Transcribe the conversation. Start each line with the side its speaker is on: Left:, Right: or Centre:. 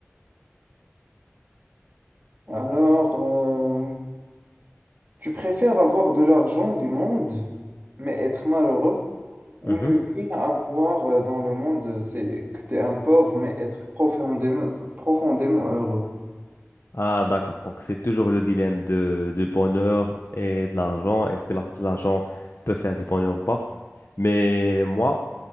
Right: alors, euh, tu préfères avoir de l'argent du monde, mais être malheureux, ou
Left: Mhm.
Right: ne rien avoir euh, dans le monde, c'est que tu es un pauvre, mais être profondément, profondément heureux.
Left: Ah, d'accord. Donc, c'est toujours le dilemme de, du bonheur et de l'argent. Est-ce que l'ar- l'argent peut faire du bonheur ou pas? Mais moi,